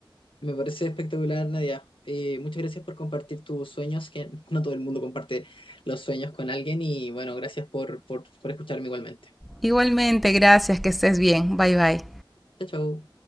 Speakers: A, on the left (about 75°); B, in the centre.
A: Me parece espectacular, Nadia. Eh, muchas gracias por compartir tus sueños, que <laughs> no todo el mundo comparte los sueños con alguien y bueno, gracias por, por, por escucharme igualmente.
B: Igualmente, gracias, que estés bien. Bye bye.
A: Chao, chao.